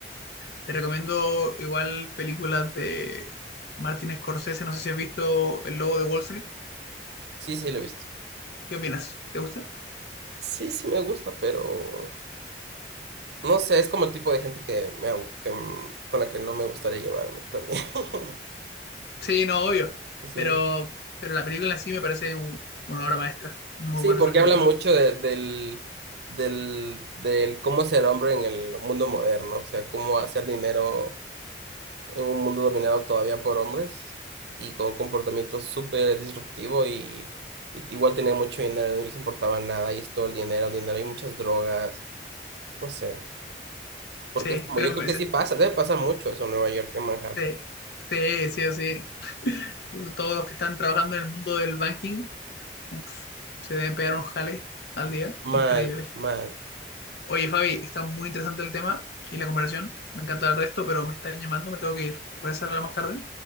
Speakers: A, on the left; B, on the right.
A: Te recomiendo igual películas de Martin Scorsese. No sé si has visto El Lobo de Wall Street.
B: sí, sí, lo he visto.
A: ¿Qué opinas? ¿Te gusta?
B: Sí, sí me gusta, pero No sé, es como el tipo de gente que me, abu- que, mm, con la que no me gustaría llevarme también. <laughs>
A: Sí, no, obvio.
B: Sí.
A: Pero, pero la película en sí me parece un- una obra maestra. Muy
B: Sí,
A: buena
B: porque
A: esa película.
B: habla mucho de- del, del, del cómo ser hombre en el mundo moderno, o sea, cómo hacer dinero en un mundo dominado todavía por hombres y con un comportamiento súper disruptivo y, y igual tenía mucho dinero, no les importaba nada y es todo el dinero, dinero y muchas drogas, no sé, porque
A: Sí,
B: es como,
A: pero
B: yo creo
A: me-
B: que sí pasa, debe pasar mucho eso en Nueva York, en Manhattan.
A: Sí, sí, sí, o sí. <laughs> Todos los que están trabajando en el mundo del banking, uf, se deben pegar unos jales al día. Increíble.
B: Mal, mal.
A: Oye, Fabi, está muy interesante el tema y la conversación. Me encanta hablar de esto, pero me están llamando, me tengo que ir. ¿Te parece hablar más tarde?